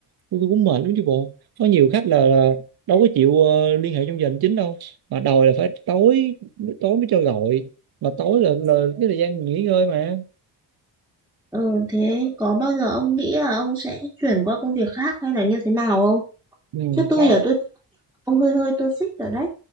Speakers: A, on the right; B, in the centre.
A: tôi, tôi cũng mệt lắm chứ bộ có nhiều khách là, là đâu có chịu ờ, liên hệ trong giờ hành chính đâu mà đòi là phải tối tối mới cho gọi mà tối là, là cái thời gian nghỉ ngơi mà
B: ờ, thế có bao giờ ông nghĩ là ông sẽ chuyển qua công việc khác hay là như thế nào không?
A: ừ,
B: Chứ tôi
A: đó
B: giờ tôi ông hơi hơi tôi xích rồi đấy.